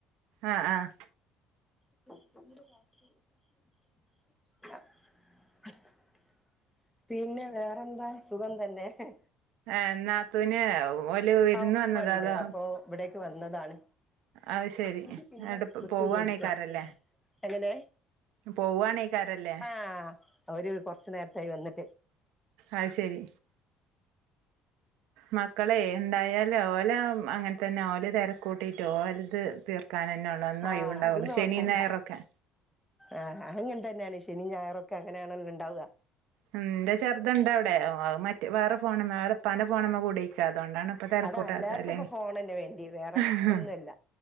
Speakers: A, on the right; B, in the centre.
A: ആഹ് ആഹ്
B: <inaudible> പിന്നെ വേറെന്താ സുഖം തന്നെ ഹ്
A: ഏഹ് നാത്തൂന് ഓല് വിരുന്ന്
B: ആ ഉമ്മ
A: വന്നതാ
B: ഉണ്ട്
A: അതാ
B: അപ്പൊ ഇവിടേക്ക് വന്നതാണ്
A: അത് ശരി
B: നിക്ക്
A: എന്നിട്ട്
B: പിന്നെ വിട്ട്
A: പോവാണേക്കാരല്ലേ
B: <unintelligible> എങ്ങനെ
A: പോവാണേക്കാരല്ലേ
B: ആഹ് അവര് കൊറച്ച് നേരത്തായി വന്നി-
A: അയ് ശരി മക്കളെ ണ്ടായാല് ഓല അങ്ങനെ തന്നെ ഓല തിരക്കൂട്ടിട്ട് ഓല ഇത് തീർക്കാനെന്നെ ഉള്ളൂ ഒന്നും
B: ആഹ്
A: ഒഴിവുണ്ടാവുള്ളൂ
B: അത് നോക്കണ്ട
A: ശനി ഞായറോക്കെ
B: ആഹ് അങ്ങനെ തന്നെയാണ് ശനി ഞായറൊക്കെ അങ്ങനെയാണല്ലോ ണ്ടാവ
A: ഉം ഇന്റെ ചെറുത്ണ്ടവിടെ മറ്റ വേറെ ഫോണുമ്മേ അവരപ്പാന്റെ ഫോണുമ്മേ കൂടിക്ക അതുകൊണ്ടാണ് ഇപ്പൊ തെരക്കൂട്ടാത്തല്ലേ
B: അതാ എല്ലാർക്കും ഇപ്പൊ ഫോണന്നെ വേണ്ടി വേറെ
A: ഹ് ഹ്
B: ഒന്നുല്ല